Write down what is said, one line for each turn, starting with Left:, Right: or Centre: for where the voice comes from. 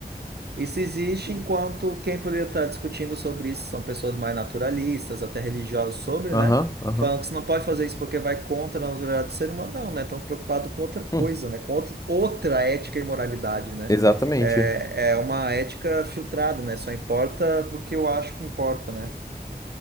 Right: Isso existe enquanto quem poderia estar discutindo sobre isso são pessoas mais naturalistas, até religiosas sobre,
Left: Aham,
Right: né?
Left: aham.
Right: Falando que você não pode fazer isso porque vai contra a naturalidade do ser humano, não, né? Estão preocupados com outra coisa,
Left: Hum,
Right: né? Com outra, outra ética e moralidade, né?
Left: exatamente.
Right: É, é uma ética filtrada, né? Só importa porque eu acho que importa, né?